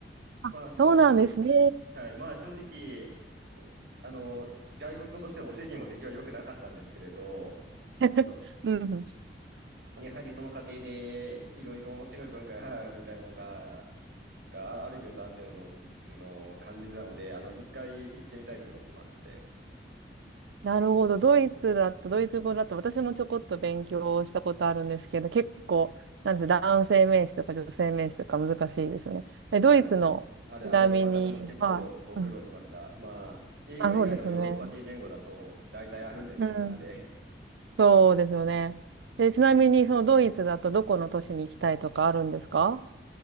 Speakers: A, on the right (about 80°); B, on the right (about 60°).
A: あ、
B: まあ、
A: そうなんですね。
B: しょ、しょ、はい、まあ、正直、おえあの、外国語としてお世辞も出来は良くなかったんですけれど、
A: <laughs>
B: あの、
A: うんうん
B: やはりその過程でいろいろ面白い文化が <laughs> みたいなものが、があるようだっていうのをの感じてたので、あの、一回行ってみたいと思ってまして。
A: なるほど。ドイツだと、ドイツ語だと、私もちょこっと勉強したことあるんですけど、結構、なんて男性名詞とか女性名詞とか難しいですよね。え、
B: まあ、
A: ドイツの、
B: で、あれ、
A: ちなみに、
B: あれ、私もチェックをこう苦労しました。
A: はい。うん
B: まあ、英語以外のヨーロッパ系言語だと大体あるんですよね、
A: あ、そうですよね。うん。
B: あれ。
A: そうですよね。で、ちなみに、そのドイツだとどこの都市に行きたいとかあるんですか